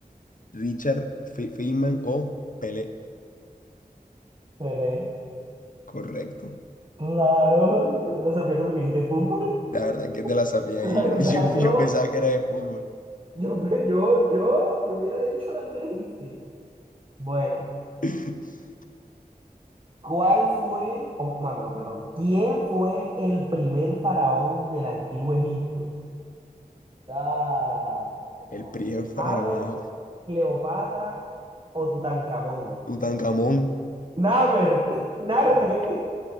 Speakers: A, on the left; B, on the right.
A: Richard Fe- Feynman o Pelé.
B: Pelé.
A: Correcto.
B: Claro, <laughs> qué filosofía porque dijiste fútbol.
A: La
B: <laughs>
A: verdad que te la sabía
B: La
A: y
B: verdad,
A: yo, <laughs> yo,
B: yo,
A: yo pensaba que era de fútbol.
B: yo, yo, yo, yo hubiera dicho Albert Einstein. Bueno,
A: <laughs>
B: ¿cuál fue, o, mami, oh, perdón, quién fue el primer faraón del antiguo Egipto? Ah,
A: El Priego fue
B: Amer,
A: para una
B: Cleopatra o Tutankamón.
A: Tutankamón.
B: Namer, <laughs> Narme.
A: Mm,